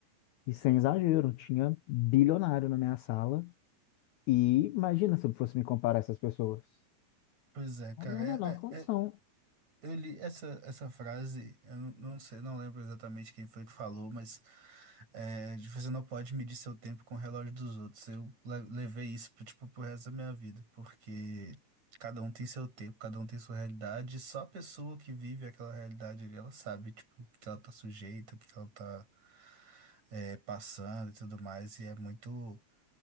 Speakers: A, on the left (about 80°); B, on the right (about 55°).
A: E sem exagero, tinha bilionário na minha sala. E imagina se eu fosse me comparar a essas pessoas.
B: Pois é, cara.
A: Não tem a menor condição.
B: É, é- é Eu li essa, essa frase, eu não não sei, não lembro exatamente quem foi que falou, mas é, de você não pode medir seu tempo com o relógio dos outros. Eu le- levei isso pro, tipo, pro resto da minha vida, porque cada um tem seu tempo, cada um tem sua realidade, e só a pessoa que vive aquela realidade ali, ela sabe, tipo, o que ela tá sujeita, o que ela tá é, passando e tudo mais, e é muito